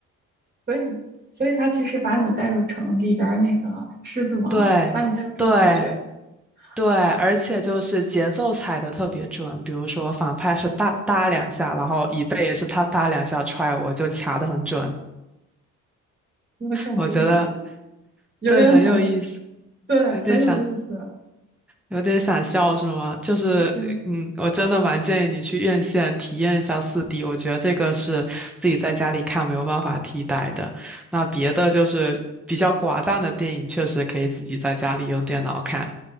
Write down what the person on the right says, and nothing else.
所以，所以他其实把你带入成里边儿那个狮子王，
把你带入成主角
啊
<laughs>，我感觉
<laughs> 有点想，
对，
很有意思，
对，